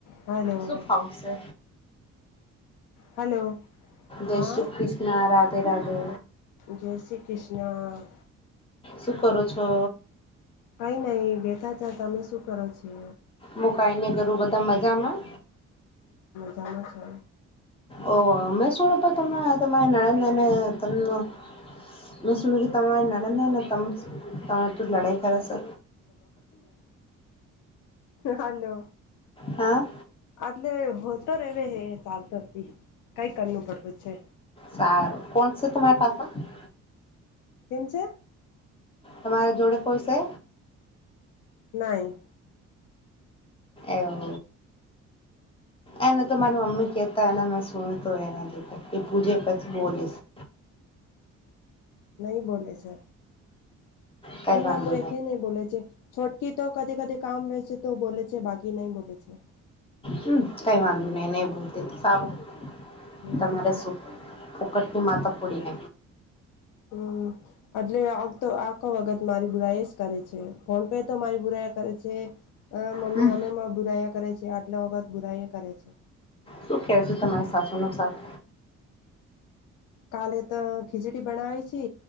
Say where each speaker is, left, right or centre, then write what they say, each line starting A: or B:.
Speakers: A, on the left; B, on the left.
A: હલો
B: Soup how છે.
A: Hello. હા
B: જય શ્રી કૃષ્ણ રાધે રાધે.
A: જય શ્રી કૃષ્ણ
B: શું કરો છો.
A: કઈ નઈ બેઠા ત તમે શું કરો છો.
B: મુકઈને કરરું બધા મજામાં.
A: સાલ છે.
B: ઓહ અમે શુંડપ તમને તમારે નડંદને તમને. મેસ ત લડંદાને ત તું લડાઈ કરશે.
A: હાલો.
B: હા.
A: આટલે હો તો રે હે ચતર કઈ કર પડવું છે.
B: સારું કોણસે તુમ પાસે હ.
A: તેમમજ.
B: તમારા જોડે કોઈ છે.
A: નાહી.
B: એવ. એને તો મારી મમ્મી કહેતાને મેં સુણ્યું તો એને લી એ પૂજે પછી બોલીશ. <inaudible>
A: નહી બોલે છે
B: કઈ
A: તી
B: વાંધો
A: નામ એકે નહી બોલે છે છોટકી તો કદી કદી કામ વસે તો બોલે છે બાકી નહી બોલે છે છેી
B: હમ કઈ વાંધ ને નહી ભૂલતી સારું
A: હમ
B: તમારે સુ ફોકટની માતા પડીને
A: હમ એટલે આમ તો આખો વખત મારી બુરાઈ એ જ કરે છે ફોન પે તો મારી બુરાયા કરે છે મમ્મી
B: હમ
A: હમે બુરાયા કરે છે જે આટલા વખત બુરાઈ કરે છે
B: શું કેશ તમારી સાસો નુકસાથ
A: કાલે તો ખીચડી બનાવે છે